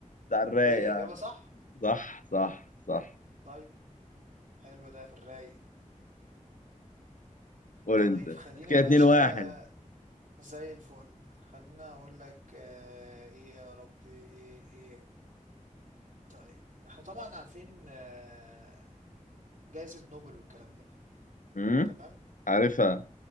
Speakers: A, on the left (about 75°); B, on the right (about 85°).
A: بتاع الرايق
B: ايه اجابة صح
A: صح صح صح
B: طيب حلو ده في الرايق
A: قول
B: طيب
A: انت
B: خلينا
A: كده
B: باشا
A: 2 1
B: زي الفل خلينا اقول لك آه ايه يا ربي ايه ايه طيب احنا طبعا عارفين آه جائزة نوبل والكلام ده
A: امم
B: تمام
A: عارفها